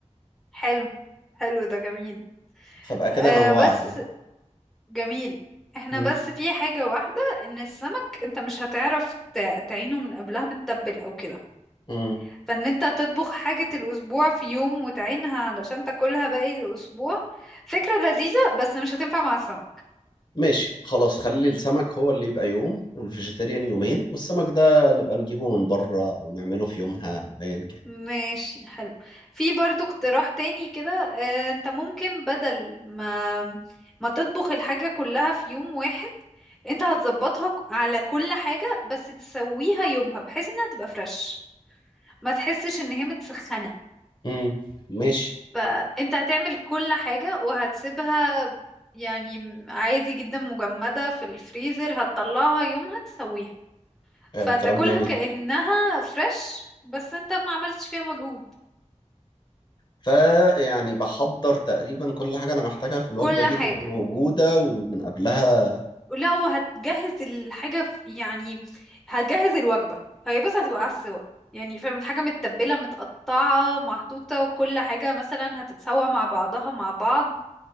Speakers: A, in the centre; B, on the left.
A: حلو حلو ده جميل
B: فبقى كده
A: آه
B: نوعت
A: بس
B: يعني
A: جميل احنا
B: مم.
A: بس في حاجة واحدة ان السمك انت مش هتعرف ت- تعينه من قبلها متبل او كده
B: مم.
A: فان انت تطبخ حاجة الاسبوع في يوم وتعينها علشان تاكلها باقي الاسبوع فكرة لذيذة بس مش هتنفع مع السمك
B: ماشي خلاص خلي السمك هو اللي يبقى يوم والفيجيتيريان يومين والسمك ده نبقى نجيبه من بره أو نعمله في يومها أو أيا كان
A: ماشي حلو في برضو اقتراح تاني كده آه، انت ممكن بدل ما ما تطبخ الحاجة كلها في يوم واحد انت هتظبطها ك- على كل حاجة بس تسويها يومها بحيث انها تبقى فريش ما تحسش ان هي متسخنة
B: مم. ماشي
A: فانت هتعمل كل حاجة وهتسيبها يعني عادي جدا مجمدة في الفريزر هتطلعها يومها تسويها
B: آه
A: فتاكلها
B: كلام جميل
A: كأنها فريش بس انت ما عملتش فيها مجهود
B: فيعني بحضر تقريبا كل حاجة أنا محتاجها في الوجبة
A: كل
B: دي
A: حاجة
B: تبقى موجودة ومن قبلها
A: لا وهتجهز الحاجة في يعني هتجهز الوجبة هي بس هتبقى على السوا يعني فاهم الحاجة متبلة متقطعة محطوطة كل حاجة مثلا هتتسوى مع بعضها مع بعض